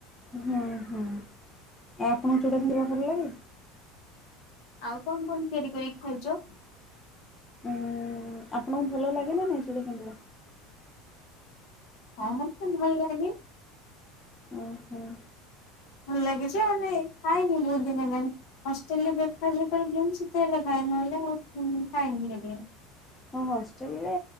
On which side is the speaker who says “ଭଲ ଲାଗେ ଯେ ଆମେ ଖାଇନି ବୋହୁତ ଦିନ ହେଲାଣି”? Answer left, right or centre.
Left